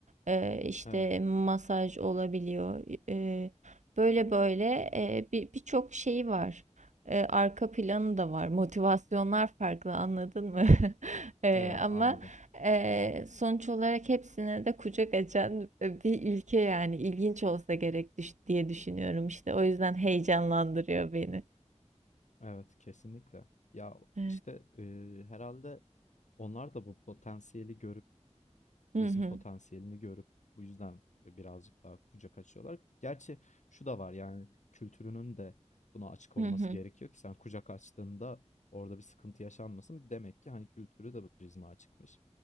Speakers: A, on the right; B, on the left.
A: E, işte
B: Evet,
A: masaj olabiliyor. E, Böyle böyle e, bir birçok şeyi var. E, arka planı da var. Motivasyonlar farklı anladın mı? <laughs> E,
B: evet
A: ama
B: anladım.
A: e, sonuç olarak hepsine de kucak açan e, bir ülke yani ilginç olsa gerek düş- diye düşünüyorum işte. O yüzden heyecanlandırıyor beni.
B: Evet, kesinlikle. Ya
A: Hı
B: işte eee, herhalde onlar da bu potansiyeli görüp
A: hı
B: Turizm potansiyelini görüp bu yüzden, birazcık daha kucak açıyorlar. Gerçi şu da var, yani, kültürünün de buna açık olması
A: hı hı.
B: gerekiyor ki sen kucak açtığında orada bir sıkıntı yaşanmasın. Demek ki, hani, kültürü de bu turizme açıkmış.